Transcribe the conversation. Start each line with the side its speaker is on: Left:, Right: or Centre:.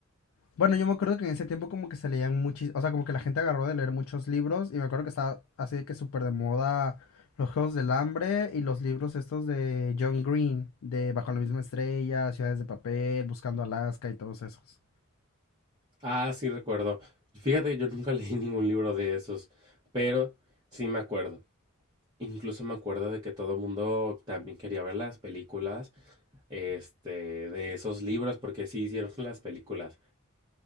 Left: Bueno, yo me acuerdo que en ese tiempo como que se leían muchos, o sea, como que la gente agarró de leer muchos libros y me acuerdo que estaba así de que súper de moda los Juegos del Hambre y los libros estos de John Green, de Bajo la misma estrella, Ciudades de Papel, Buscando Alaska y todos esos.
Right: Ah, sí recuerdo. Fíjate que yo nunca <laughs> leí ningún libro de esos, pero sí me acuerdo. Incluso me acuerdo de que todo el mundo también quería ver las películas, este, de esos libros, porque sí hicieron <laughs> las películas.